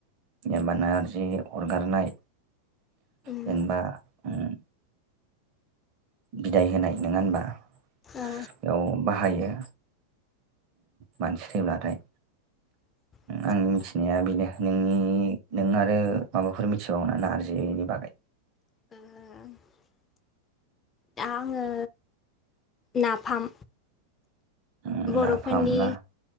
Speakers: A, on the right; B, on the left.
A: जेनबा नारजि अरगारनाय
B: उम
A: जेनेबा उम बिदाय होनाय नङा होनबा बेयाव
B: औ
A: बाहायो मानसि थैब्लाथाय
B: <inaudible>
A: आंनि मिथिनाया बेनो नोंनि नों आरो माबाफोर मिथिबावोना नार्जिनि बागै
B: <unintelligible> दा आङो नाफाम
A: उम
B: बर'फोरनि
A: नाफाम ना